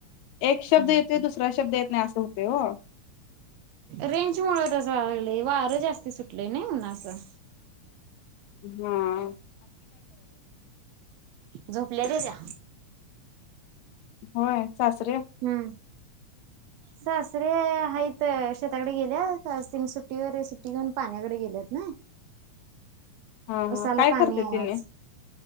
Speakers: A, on the left; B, on the right.
A: एक शब्द
B: हम्म
A: येतोय
B: हम्म.
A: दुसरा शब्द येत नाही असं होतय ओ.
B: रेंज मुळं तसं व्हायला लागले वार लई सुटलय नाही उन्हाचं.
A: हम
B: झोपल्याता त्या
A: होय सासरे
B: हम्म. सासरे हाईत शेताकडे गेल्यात आज तिन्ही सुट्टीवर हाईत सुट्टी घेऊन पाण्याकडे गेल्यात नई.
A: हा
B: उसाला
A: हा काय
B: पाणी
A: करते
B: आहे
A: तिने
B: आज